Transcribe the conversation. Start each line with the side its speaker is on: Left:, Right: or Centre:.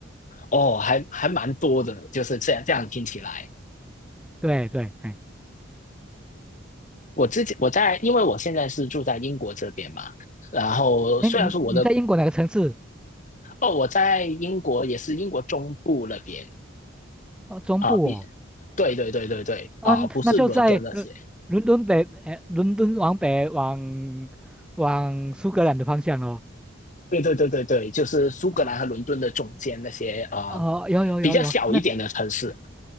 Left: 哦，还还蛮多的，就是这样这样听起来。
Centre: 对对，哎，
Left: 我之前我在，因为我现在是住在英国这边嘛，然后虽然说我的
Centre: 哎，你你在英国哪个城市？
Left: 哦，我在英国也是英国中部那边
Centre: 哦，中部哦，
Left: 啊，比对对对对对啊，
Centre: 嗯，
Left: 不是伦敦那些，
Centre: 那就在伦伦敦北，哎，伦敦往北往往苏格兰的方向哦。
Left: 对对对对对，就是苏格兰和伦敦的中间那些啊
Centre: 啊，哦，有有有有，
Left: 比较小一点的城市。
Centre: 那